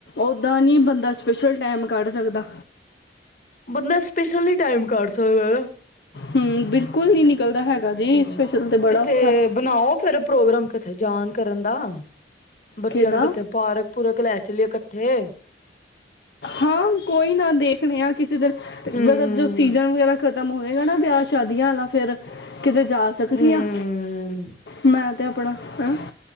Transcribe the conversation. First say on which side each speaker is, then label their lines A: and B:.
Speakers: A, on the left (about 65°); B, on the left (about 45°).
A: ਓਦਾਂ ਨੀ ਬੰਦਾ ਸਪੈਸ਼ਲ ਟੈਮ਼ ਕੱਢ ਸਕਦਾ
B: ਬੰਦਾ ਸਪੈਸ਼ਲ ਨਹੀ ਟਾਇਮ ਕਢ ਸਕਦਾ ਹੈਨਾ
A: ਹੂੰ ਬਿਲਕੁਲ ਨਹੀਂ ਨਿਕਲਦਾ ਹੈਗਾ ਜੀ
B: ਹੂ
A: ਸਪੈਸ਼ਲ ਤੇ
B: ਕਿਥੇ
A: ਬੜਾ ਔਖਾ
B: ਬਣਾਓ ਫਿਰ ਪ੍ਰੋਗਰਾਮ ਕਿਥੇ ਜਾਣ ਕਰਨ ਦਾ ਬੱਚਿਆਂ
A: ਕਿਹਦਾ
B: ਨੂੰ ਕਿੱਥੇ ਪਾਰਕ ਪੂਰਕ ਲੈ ਚਾਲਿਐ ਇਕੱਠੇ
A: ਹਾਂ ਕੋਈ <unintelligible> ਕਿਸੇ ਦਿਨ
B: ਹੂੰ।
A: ਮਤਲਬ ਜੋ ਸੀਜਨ ਵਗੈਰਾ ਖਤਮ ਖਤਮ ਹੋਏਗਾ ਨਾ ਵਿਆਹ ਸ਼ਾਦੀਆਂ ਵਾਲਾ ਫਿਰ ਕਿਤੇ ਜਾ ਸਕਦੀ
B: ਹੂੰ,
A: ਹਾ ਮੈਂ ਤੇ ਆਪਣਾ ਹਂ